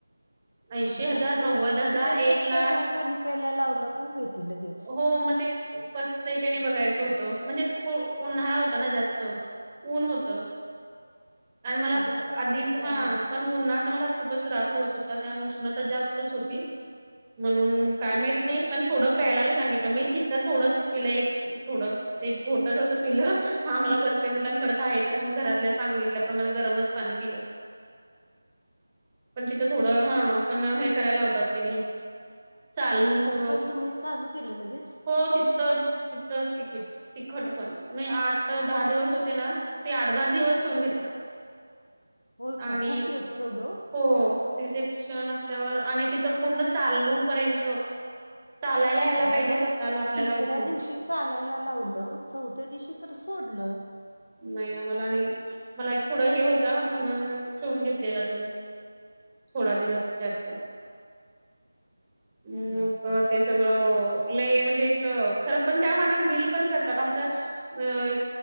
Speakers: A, on the right; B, on the left.
A: ऐशी
B: करतात
A: हजार,
B: हो
A: नव्वद
B: पण
A: हजार,
B: तुम्हाला
A: एक
B: कसं काय
A: लाख
B: गा पाणी प्यायला लावलं काय माहिती लगेच
A: हो मग ते पचतय काय नाही बघायचं होतं म्हणजे उन्हाळा होता ना जास्त ऊन होतं आणि मला
B: तरी पण आहेच
A: आधीच
B: ना
A: हा
B: ओ
A: पण उन्हाच मला खूपच त्रास होत होता त्या उष्णता जास्तच होती. म्हणून काय माहित नाही पण थोडं प्यायला सांगितलं मग तिथं थोडंच पिलं एक थोडं एक घोटच असं पिल् हा मला पचते म्हटल आणि परत आहे तसं मग घरातल्या सांगितल्याप्रमाणे गरमच पाणी पिलं पण तिथ थोडं हा पण हे करायला लावतात तिनी चालून
B: तिकट
A: मग
B: पण तुम्ही चालू केलं लगेच
A: हो तिथ च तिथंच तिकीट तिखट पण नाही आठ दहा दिवस होते ना ते आठ दहा दिवस ठेवून घेतात.
B: हो
A: आणि
B: का खूप दिवस ठेवलं ओ.
A: हो सी सेक्शन असल्यावर आणि तिथं पूर्ण चालू पर्यंत चालायला यायला
B: आम्हाला
A: पाहिजे स्वतःला आपल्याला
B: तिसऱ्या
A: उठून.
B: दिवशी चालायला लावलं चौथ्या दिवशी तर सोडलं.
A: नाही आम्हाला नाही मला एक पुढं हे होतं म्हणून ठेवून घेतलेलं तिनी. थोड दिवस जास्त, अं
B: बापरे
A: प ते, सगळं लई म्हणजे एक, खरं पण त्या मानाने बिल पण करतात आमचं. अं